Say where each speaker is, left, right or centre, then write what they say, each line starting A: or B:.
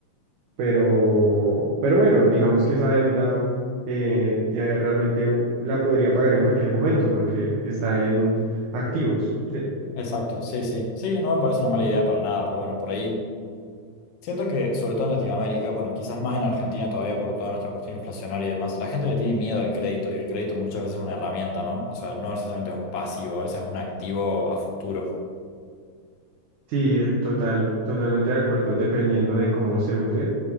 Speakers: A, on the right (about 85°); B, on the left (about 75°).
A: pero, pero bueno, digamos que esa deuda eh, ya realmente u- la podría pagar en cualquier momento porque está en activos, ¿sí?
B: Exacto, sí, sí. Sí, no me parece una mala idea para nada, pero bueno, por ahí. Siento que, sobre todo en Latinoamérica, bueno, quizás más en Argentina todavía por toda nuestra cuestión inflacionaria y demás, la gente le tiene miedo al crédito y el crédito muchas veces es una herramienta, ¿no? O sea, no necesariamente es un pasivo, a veces es un activo a futuro.
A: Sí, eh, total, totalmente de acuerdo, dependiendo de cómo se use.